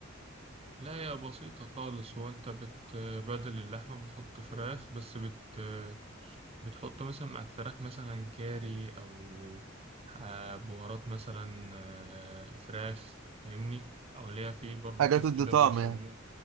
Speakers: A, on the right; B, on the right.
A: لا يا بسيطة خالص هو انت بت بدل اللحمة بتحط فراخ بس بت بتحط مثلا مع الفراخ مثلا كاري أو آه، بهارات مثلا آه، فراخ فاهمني أو ليها في برضو
B: حاجة
A: كيس
B: تدي
A: كده
B: طعم
A: بيسموه
B: يعني